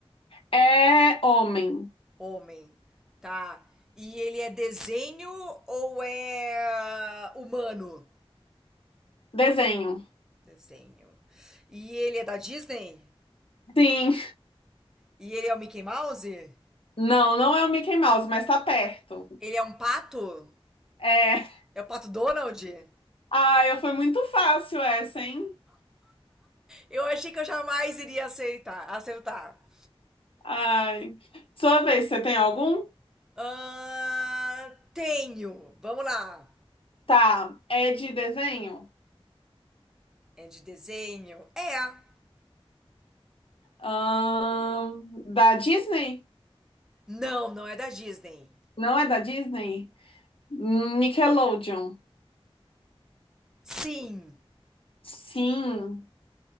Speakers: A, on the left (about 65°); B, in the centre.
A: É homem.
B: Homem. Tá. E ele é desenho ou é humano?
A: Desenho.
B: Desenho. E ele é da Disney?
A: Sim.
B: E ele é o Mickey Mouse?
A: Não, não é o Mickey Mouse, mas tá perto.
B: Ele é um pato?
A: É.
B: É o Pato Donald?
A: Ai, foi muito fácil essa, hein?
B: Eu achei que eu jamais iria aceitar, acertar.
A: Ai. Sua vez, você tem algum?
B: Ah, tenho. Vamos lá.
A: Tá. É de desenho?
B: É de desenho? É.
A: Ahn, da Disney?
B: Não, não é da Disney.
A: Não é da Disney? Nickelodeon.
B: Sim.
A: Sim.